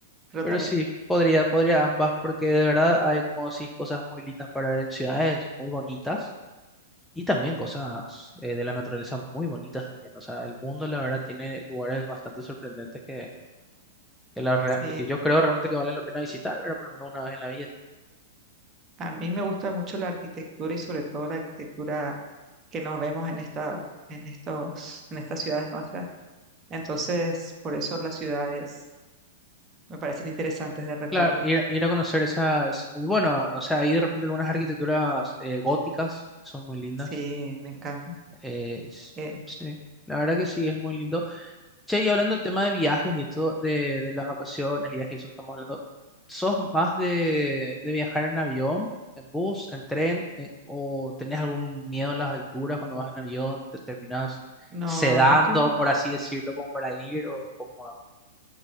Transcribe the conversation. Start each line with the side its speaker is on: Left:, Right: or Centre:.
Right: Pero
Centre: pero
Right: también,
Centre: sí, podría, podría ambas, porque de verdad hay como decís cosas muy lindas para ver en ciudades muy bonitas y también cosas eh, de la naturaleza muy bonitas también. O sea, el mundo la verdad tiene lugares bastante sorprendentes que, que, la rea-
Right: sí,
Centre: que yo creo realmente que valen la pena visitar, pero por lo menos una vez en la vida.
Right: a mí me gusta mucho la arquitectura y sobre todo la arquitectura que nos vemos en esta, en estos, en estas ciudades nuestras. Entonces, por eso las ciudades me parecen interesantes de recorrer.
Centre: Claro, ir, ir a conocer esas, bueno, no sé, ahí de repente algunas arquitecturas eh, góticas son muy lindas.
Right: Sí, me encanta.
Centre: Eh, s-
Right: Eh,
Centre: sí, la verdad que sí, es muy lindo. Che, y hablando del tema de viajes y esto de, de las vacaciones, viajes y eso que estamos hablando, ¿sos más de, de viajar en avión, en bus, en tren, eh, o tenés algún miedo a las alturas cuando vas en avión, te terminás
Right: no,
Centre: sedando,
Right: no tengo
Centre: por así decirlo, como para ir, o como...